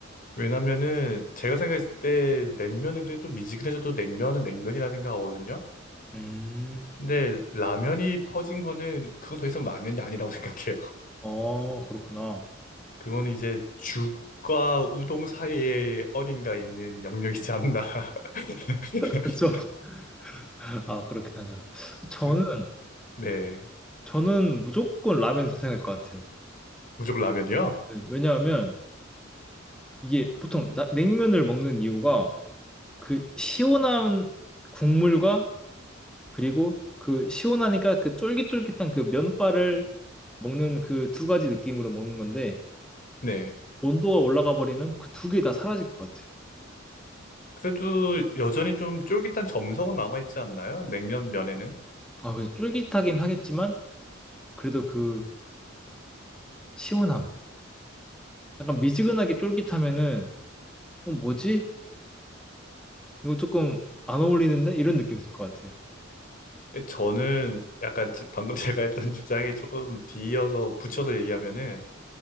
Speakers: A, on the left; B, in the centre.
A: 왜냐면은 제가 생각했을 때 냉면은 그래도 미지근해져도 냉면은 냉면이라 생각하거든요.
B: 음,
A: 근데 라면이 퍼진 거는 그건 더 이상 라면이 아니라고 <laughs> 생각해요.
B: 어, 그렇구나.
A: 그거는 이제 죽과 우동 사이에 어딘가 있는 영역이지 않나. <laughs>
B: 그렇죠. <laughs> 아, 그렇긴 하죠. 저는,
A: 그- 네.
B: 저는 무조건 라면 선택할 것 같아요.
A: 무조건 라면이요?
B: 네, 왜냐하면 이게 보통 나- 냉면을 먹는 이유가 그 시원한 국물과 그리고 그 시원하니까 그 쫄깃쫄깃한 그 면발을 먹는 그 두 가지 느낌으로 먹는 건데
A: 네.
B: 온도가 올라가 버리면 그 두 개 다 사라질 것 같아요.
A: 그래도 여전히 좀 쫄깃한 점성은 남아있지 않나요? 냉면 면에는?
B: 아, 그래서 쫄깃하긴 하겠지만 그래도 그 시원함. 약간 미지근하게 쫄깃하면은 어, 뭐지? 이거 조금 안 어울리는데? 이런 느낌이 있을 것 같아요.
A: 저는 약간 제- 방금 <laughs> 제가 했던 주장에 조금 뒤이어서 붙여서 얘기하면은,